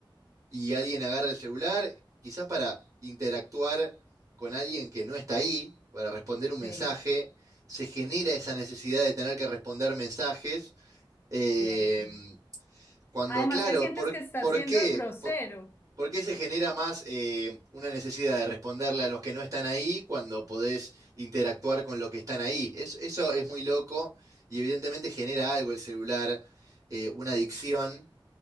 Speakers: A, on the right; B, on the left.
A: y alguien agarra el celular, quizás para interactuar con alguien que no está ahí, para responder un mensaje,
B: sí,
A: se genera esa necesidad de tener que responder mensajes, eh,
B: cierto.
A: cuando
B: Además
A: claro,
B: que sientes
A: ¿por,
B: que estás
A: por
B: siendo
A: qué?
B: grosero,
A: Por, por qué se genera más eh, una necesidad de responderle a los que no están ahí cuando podés interactuar con los que están ahí? Es- eso es muy loco y evidentemente genera algo el celular, eh, una adicción